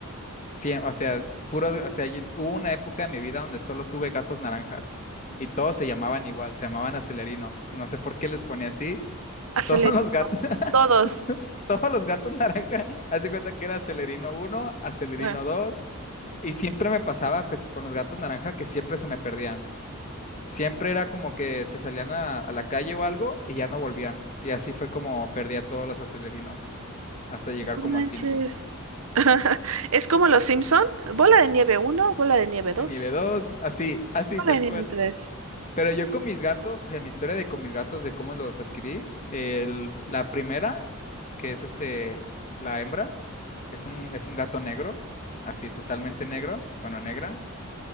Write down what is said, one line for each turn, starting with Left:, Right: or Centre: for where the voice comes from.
Left: Sí, o sea, puros, o sea, yo- hubo una época en mi vida donde solo tuve gatos naranjas y todos se llamaban igual, se llamaban Celerino. No sé por qué les ponía así.
Right: Aceleré
Left: <laughs> Todos los gatos, <laughs>
Right: todos.
Left: todos los gatos naranja, haz de cuenta que era Celerino uno, Acelerino
Right: Ah,
Left: 2 y siempre me pasaba que- con los gatos naranja que siempre se me perdían. Siempre era como que se salían a, a la calle o algo y ya no volvían. Y así fue como perdí a todos los acelerinos hasta llegar
Right: No
Left: como
Right: manches.
Left: al cinco
Right: <laughs> Es como los Simpson. Bola de nieve uno bola de nieve dos
Left: En nivel 2 así, así,
Right: bola
Left: tal
Right: de nieve
Left: cual.
Right: tres
Left: Pero yo con mis gatos, o sea, mi historia de con mis gatos, de cómo los adquirí, el- la primera, que es este, la hembra, es un, es un gato negro, así totalmente negro, bueno, negra.